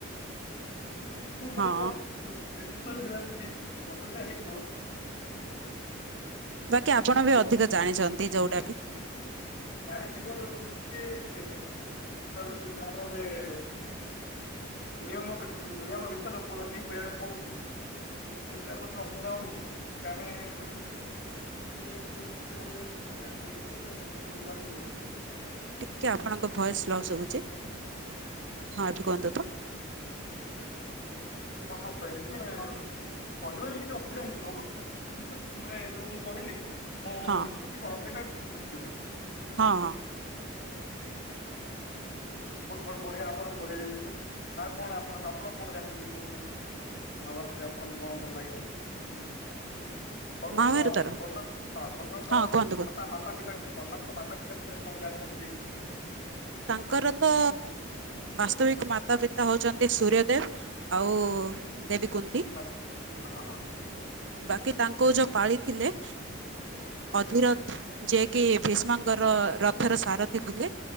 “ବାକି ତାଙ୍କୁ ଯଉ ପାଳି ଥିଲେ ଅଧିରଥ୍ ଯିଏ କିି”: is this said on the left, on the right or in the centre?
Right